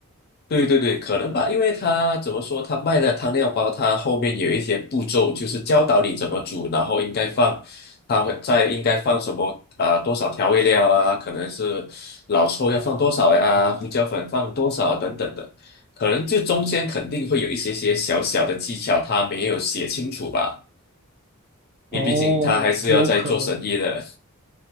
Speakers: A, on the left; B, on the right.
A: 对对对，可能吧，因为他怎么说，他卖的汤料包，他后面有一些步骤，就是教导你怎么煮，然后应该放，他会在应该放什么啊、呃多少调味料啊，可能是老抽要放多少呀、胡椒粉放多少等等的，可能就中间肯定会有一些些小小的技巧，他没有写清楚吧，因为毕竟他还是要在做生意的。
B: 哦，有可能，